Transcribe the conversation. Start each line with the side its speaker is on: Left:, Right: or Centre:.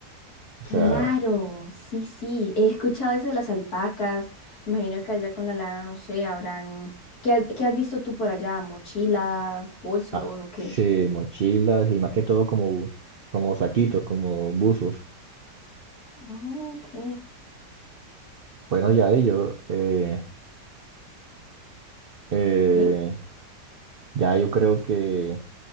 Right: o
Left: Claro,
Right: sea,
Left: sí, sí, he escuchado eso de las alpacas. Imagino que allá con la lana, no sé, habrán... ¿Qué, ha- qué has visto tú por allá? ¿Mochilas, bolsos
Right: ah,
Left: o qué?
Right: sí, mochilas y más que todo como, como saquitos, como buzos.
Left: Ok,
Right: Bueno, ya ello, eh, eh,
Left: sí.
Right: ya yo creo que